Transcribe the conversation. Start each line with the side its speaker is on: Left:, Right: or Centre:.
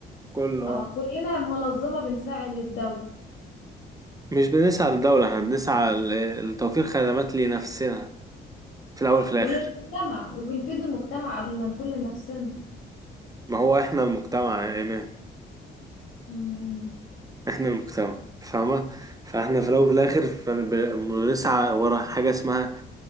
Right: كله
Left: اه
Right: اه
Left: كلنا منظمة بنساعد للدولة
Right: مش بنسعى للدوله احنا بنسعى ل- لتوفير خدمات لنفسنا في الاول في
Left: وللمجتمع
Right: الاخر
Left: وبنفيد المجتمع قبل ما نكون لنفسنا
Right: ما هو احنا المجتمع يا ايمان
Left: مم.
Right: احنا المجتمع فاهمه فاحنا في الاول وفي الاخر فبنسعى ورا حاجه اسمها